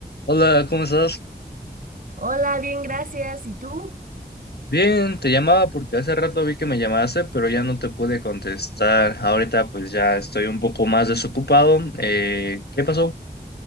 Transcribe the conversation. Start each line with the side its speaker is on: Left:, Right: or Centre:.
Left: Hola, ¿cómo estás?
Right: Hola, bien, gracias. ¿Y tú?
Left: Bien, te llamaba porque hace rato vi que me llamaste, pero ya no te pude contestar. Ahorita pues ya estoy un poco más desocupado. Eh, ¿qué pasó?